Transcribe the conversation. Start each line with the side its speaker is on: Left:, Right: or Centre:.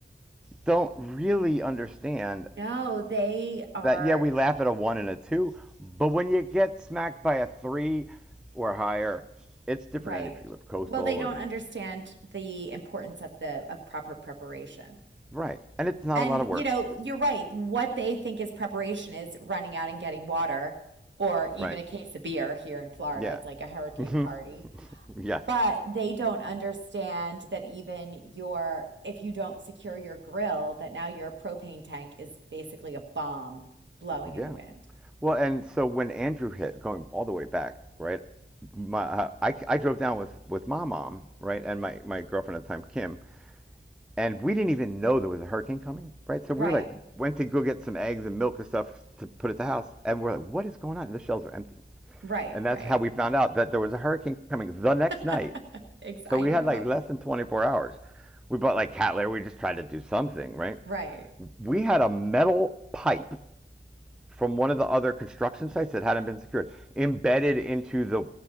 Centre: don't really understand
Right: No, they are
Centre: that. Yeah, we laugh at a one and a two, but when you get smacked by a three or higher, it's different.
Right: right.
Centre: And if you live coastal
Right: Well, they don't
Centre: and
Right: understand the importance of the of proper preparation.
Centre: right, and it's not
Right: And,
Centre: a lot of work,
Right: you know, you're right. What they think is preparation is running out and getting water or even
Centre: right?
Right: a case of beer here in Florida.
Centre: Yeah.
Right: It's like a hurricane
Centre: Mhm.
Right: party.
Centre: Yes.
Right: But they don't understand that even your, if you don't secure your grill, that now your propane tank is basically a bomb blowing
Centre: Yeah.
Right: in the wind.
Centre: Well, and so when Andrew hit, going all the way back, right? My uh, I, I drove down with with my mom, right, and my my girlfriend at the time, Kim, and we didn't even know there was a hurricane coming, right? So
Right: Right,
Centre: we were like, went to go get some eggs and milk and stuff to put at the house, and we're like, what is going on? The shelves are empty,
Right: right,
Centre: and that's
Right: right.
Centre: how we found out that there was a hurricane coming the next
Right: <laughs>
Centre: night.
Right: Ex
Centre: So
Right: I
Centre: we
Right: know.
Centre: had like less than 24 hours. We bought like cat litter. We just tried to do something, right?
Right: Right.
Centre: We had a metal pipe from one of the other construction sites that hadn't been secured, embedded into the